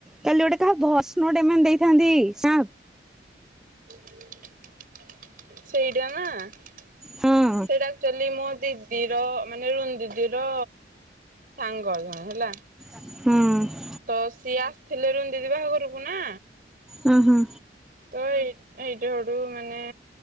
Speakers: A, in the centre; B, on the right (about 50°).
A: କାଲି ଗୋଟେ କାହା ଭଏସ୍ ନୋଟ ଏମାନେ ଦେଇଥାନ୍ତି ସା
B: <inaudible> ସେଇଟା ନା ସେଇଟା
A: ହଁ
B: ଆକ୍ଚୁଆଲି ମୋ ଦିଦି ର ମାନେ ରୁନ୍ ଦିଦି ର ସାଙ୍ଗ ଜଣେ ହେଲା।
A: ହଁ
B: ତ ସିଏ ଆସିଥିଲେ ରୁନି ଦିଦି ବାହାଘରକୁ ନା
A: ହଁ ହଁ।
B: ତ ଏଇ ଏଇଟ ହରୁ ମାନେ।